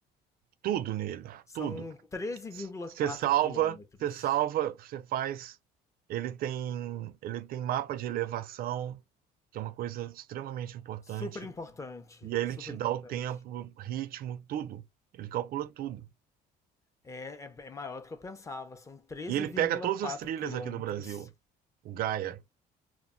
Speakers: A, on the right; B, on the left.
A: tudo nele,
B: São
A: tudo.
B: treze vírgula
A: Você
B: quatro
A: salva,
B: quilômetros.
A: você salva, você faz. Ele tem, ele tem mapa de elevação, que é uma coisa extremamente importante.
B: Super importante,
A: E aí ele
B: super
A: te
B: importante.
A: dá o tempo, o ritmo, tudo. Ele calcula tudo.
B: É, é, é maior do que eu pensava, são treze
A: E ele
B: vírgula
A: pega todas
B: quatro
A: as trilhas
B: quilômetros.
A: aqui do Brasil, o Gaia.